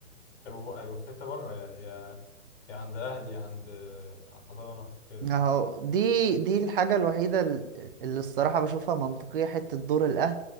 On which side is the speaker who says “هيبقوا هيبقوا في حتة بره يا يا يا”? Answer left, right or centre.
Left